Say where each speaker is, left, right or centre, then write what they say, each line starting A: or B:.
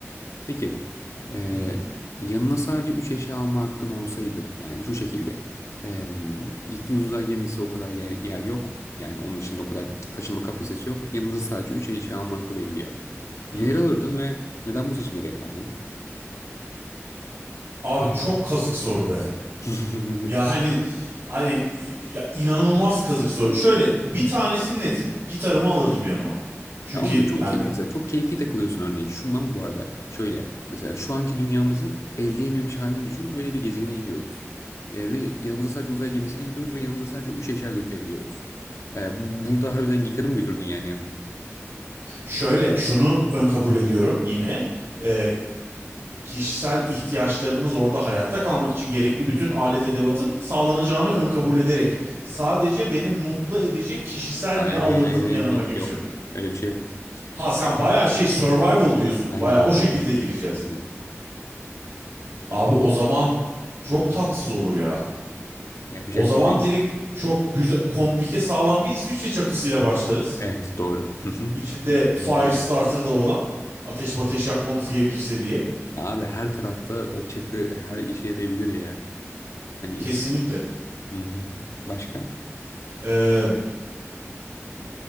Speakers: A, on the left; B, on the right.
A: Peki, eee,
B: hı hı.
A: yanına sadece 3 eşya alma hakkın olsaydı, yani şu şekilde, eee, gittiğiniz uzay gemisi o kadar yer, yer yok, yani onun içinde o kadar taşıma kapasitesi yok, yanınıza sadece 3 eşya alma hakkı veriliyor. Neleri
B: hı hı.
A: alırdın ve neden bu seçimleri yapardın?
B: Abi çok kazık soru be.
A: <laughs>
B: Ya hani hani ya inanılmaz kazık soru. Şöyle bir tanesi netim. Gitarımı alırdım yanıma. Çünkü
A: Tamam da çok
B: yani
A: key- mesela çok keyfi takılıyorsun örneğin. Şundan bu arada şöyle mesela şu anki dünyamızın el değmemiş halini düşün. Öyle bir gezegene gidiyoruz. E, ve yanımıza sadece uzay gemisiyle gidiyoruz ve yanımıza sadece 3 eşya götürebiliyoruz. E, bu, burada harbiden gitarı mı götürdün yani yanında?
B: şöyle şunu ön kabul ediyorum yine. Ee, kişisel ihtiyaçlarımız orada hayatta kalmak için gerekli bütün alet edevatın sağlanacağını ön kabul ederek sadece beni mutlu edecek kişisel
A: Hayır
B: ne alırdım
A: hayır hayır hayır,
B: yanıma
A: hayır.
B: gibi
A: yok.
B: şey.
A: Öyle bir şey yok.
B: Ha sen
A: Evet.
B: bayağı şey survival diyorsun.
A: Aynen
B: Bayağı o şekilde
A: aynen
B: gireceğiz.
A: aynen aynen.
B: Abi o zaman çok tatsız olur ya.
A: Yapacak
B: O zaman
A: bir şey yok.
B: direkt çok güzel, komplike sağlam bir İsviçre çakısıyla başlarız.
A: Evet doğru. <laughs>
B: İçinde
A: Ben
B: Firestarter
A: bunu diyeyim.
B: da olan ateş ateş yakmamız gerekirse diye.
A: Ya abi her tarafta o çakı her işe yarayabilir ya. Hani
B: Kesinlikle.
A: hı hı. Başka?
B: Ee,